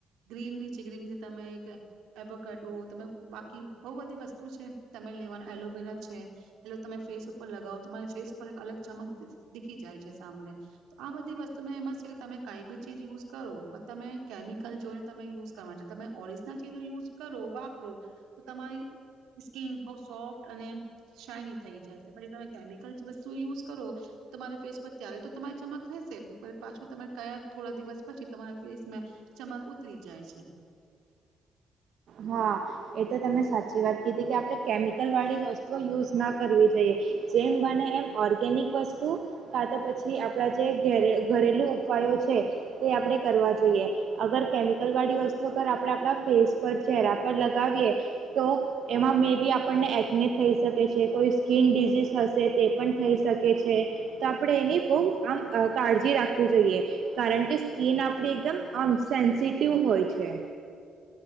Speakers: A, on the right (about 90°); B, on the right (about 65°).
A: ગ્રીન ની છે ગ્રીનની તમે એક એબોકાડો તમે બાકી બઉુ બધી વસ્તુ છે તમે લેવાના એલોવેરા છે એટલે તમે ફેસ ઉપર લગાવો તો તમારી ફેસ ઉપર એક અલગ ચમક દીખી જાય છે. આમને તો આ બધી વસ્તુમાં એમ જ શે કે તમે કઈ બી ચીજ યુઝ કરો પણ તમે કેમિકલ જોઈને તમે યુઝ કરવાનો છે તમે ઓરિજિનલ ચીજો યુઝ કરો વાપરો તો તમારી સ્કીિન બઉ સોફ્ટ અને શાઈની થઈ જાય છે પછી તમે કેમિકલ વસ્તુ યુઝ કરો તમારી ફેસ પર ત્યારે તો તમારી ચમક રહેશે પાછું તમે કયા થોડા દિવસ પછી તમારા ફેસમાં ચમક ઉતરી જાય છે.
B: હા, એ તો તમે સાચી વાત કીધી કે આપણે કેમિકલ વાળી વસ તું યુઝ ના કરવી જોયે. જેમ બને એમ ઓર્ગેનિક વસ્તુ કા તા પછી આપણા જેરે ઘરેલુ ઉપાયો છે તે આપણે કરવા જોઈએ અગર કેમિકલવાળી વસ્તુ અગર આપણે આપણા ફેસ પર ચહેરા પર લગાવીએ તો એમાં મે બી આપણને એકને થઈ શકે છે કોઈ સ્કીન ડિઝિઝ હશે તે પણ થઈ શકે છે તો આપણે એની બહુ આમ કાળજી રાખવી જોઈએ કારણ કે સ્કીિન આપણી એકદમ આમ સેન્સિટિવ હોય છે.